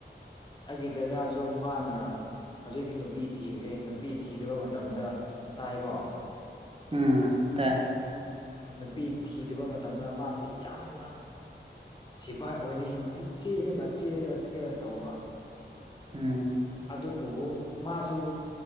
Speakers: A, on the left; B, on the right.
A: ꯑꯩꯒꯤ ꯗꯗꯥꯁꯨ ꯃꯥꯅ ꯍꯧꯖꯤꯛꯇꯤ ꯅꯨꯄꯤ ꯊꯤꯈ꯭ꯔꯦ ꯅꯨꯄꯤ ꯊꯤꯗꯕ ꯃꯇꯝꯗ ꯇꯥꯏꯀꯣ
B: ꯎꯝ ꯇ
A: ꯅꯨꯄꯤ ꯊꯤꯗꯕ ꯃꯇꯝꯗ ꯃꯥꯁꯤ ꯌꯥꯝꯅ ꯁꯤꯐꯥꯏ ꯑꯣꯏꯅꯤꯡ ꯃꯁꯤ ꯆꯦꯜꯂꯒ ꯆꯦꯜꯂꯒ ꯁꯤꯒ ꯇꯧꯕ
B: ꯎꯝ
A: ꯑꯗꯨꯕꯨ ꯃꯥꯁꯨ